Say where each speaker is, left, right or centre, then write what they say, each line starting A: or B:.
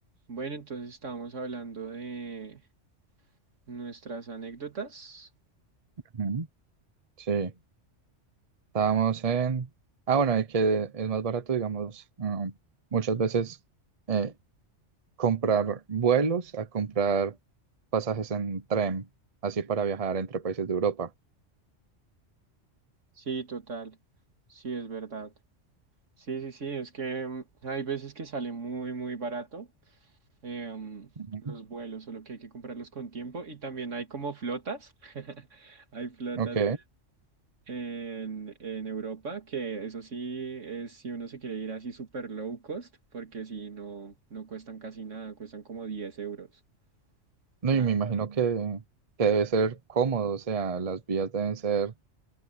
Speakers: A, on the right; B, on the right.
A: Bueno, entonces estábamos hablando de nuestras anécdotas.
B: Ujú, Sí, estábamos en... Ah, bueno, y que es más barato, digamos, um, muchas veces eh, comprar vuelos a comprar pasajes en tren, así para viajar entre países de Europa.
A: Sí, total. Sí, es verdad. Sí, sí, sí, es que mm, hay veces que sale muy, muy barato em,
B: Ujú.
A: los vuelos, solo que hay que comprarlos con tiempo. Y también hay como flotas. <laughs> Hay flotas
B: Ok,
A: e- en, en Europa, que eso sí es si uno se quiere ir así super low cost, porque si no, no cuestan casi nada, cuestan como 10 euros.
B: no,
A: O sea,
B: y me imagino que, que debe
A: barato.
B: ser cómodo, o sea, las vías deben ser